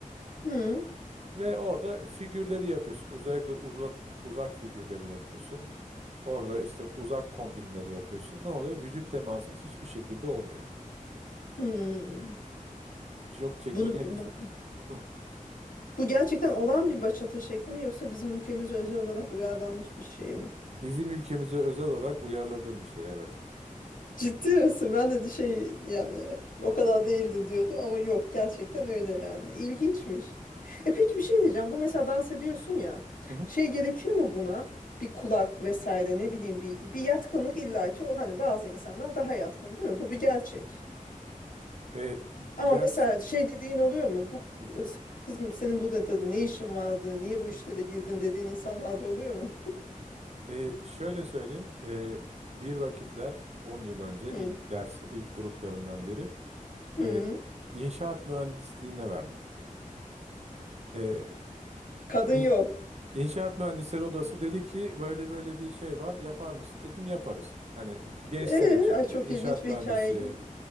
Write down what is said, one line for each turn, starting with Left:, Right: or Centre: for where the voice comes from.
Left: Hmm,
Right: ve orada figürleri yapıyorsun. Özellikle uzak uzak figürleri yapıyorsun. Orada işte uzak kombinleri yapıyorsun. Ne oluyor? Vücut temasın hiçbir şekilde olmuyor.
Left: hmm.
Right: Çok çekingen.
Left: Bunu bu,
Right: Hı.
Left: bu gerçekten olan bir bachata şekli mi yoksa bizim ülkemize özel olarak uyarlanmış bir şey mi?
Right: Bizim ülkemize özel olarak uyarladığım bir şey, evet.
Left: Ciddi misin? Ben de şey yani o kadar değildi diyordum ama yok gerçekten öyle yani. İlginçmiş. E peki bir şey diyeceğim. Bu mesela dans ediyorsun ya.
Right: Hı hı.
Left: Şey gerekiyor mu buna? Bir kulak vesaire ne bileyim bir, bir yatkınlık illaki o hani bazı insanlar daha yatkın değil mi? Bu bir gerçek.
Right: E,
Left: Ama
Right: gerçi
Left: mesela şey dediğin oluyor mu? Bu
Right: Hı.
Left: kız- kızım senin burada da ne işin vardı? Niye bu işlere girdin dediğin insanlar da oluyor mu?
Right: E, şöyle söyleyeyim. E, bir vakitler 10 yıl önce
Left: Hı.
Right: ilk ders ilk gruplarından biri
Left: Hı.
Right: e, inşaat mühendisliğine verdim. E,
Left: Kadın
Right: in-
Left: yok.
Right: İnşaat mühendisleri odası dedi ki böyle böyle bir şey var yapar mısın? Dedim yaparız. Hani gençlere
Left: Ee,
Right: çünkü
Left: ay çok
Right: inşaat
Left: ilginç bir
Right: mühendisi,
Left: hikaye geliyor.